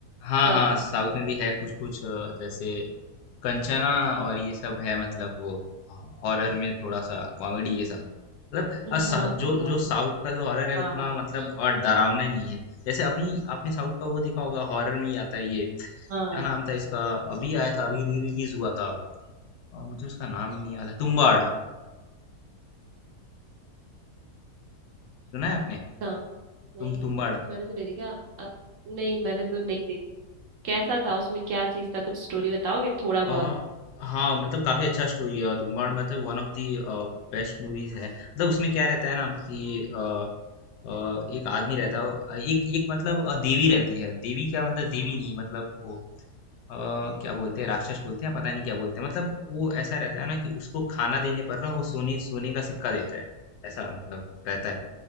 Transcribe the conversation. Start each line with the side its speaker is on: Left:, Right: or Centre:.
Left: हाँ
Right: सब
Left: हाँ साउथ में भी है कुछ कुछ अ, जैसे कंचना और ये सब है मतलब वो हॉरर में थोड़ा सा कॉमेडी के साथ मतलब अ सा-
Right: हाँ
Left: जो
Right: हाँ
Left: जो साउथ का जो हॉरर है
Right: हाँ
Left: उतना मतलब और डरावना नहीं है जैसे अभी आपने साउथ का वो देखा होगा हॉरर में ही आता है ये क्या
Right: हाँ
Left: नाम था इसका अभी आया था अभी री रिलीज हुआ था और मुझे उसका नाम नहीं याद है तुम्बाड़ सुना है आपने
Right: हाँ नहीं
Left: तुम तुम्बाड़
Right: मैंने तो नहीं देखा अ, नहीं मैंने तो नहीं देखी कैसा था उसमें क्या चीज था कुछ स्टोरी बताओगे थोड़ा बहुत
Left: आ, हाँ मतलब काफी अच्छा स्टोरी है और तुम्बाड़ मतलब one of the best movies है मतलब उसमें क्या रहता है ना कि आ, आ, एक आदमी रहता है एक एक मतलब अ, देवी रहती है देवी क्या मतलब देवी नहीं मतलब वो आ, क्या बोलते हैं राक्षस बोलते हैं पता नहीं क्या बोलते हैं मतलब वो ऐसा रहता है ना कि उसको खाना देने पर ना वो सोने सोने का सिक्का देता है ऐसा मतलब रहता है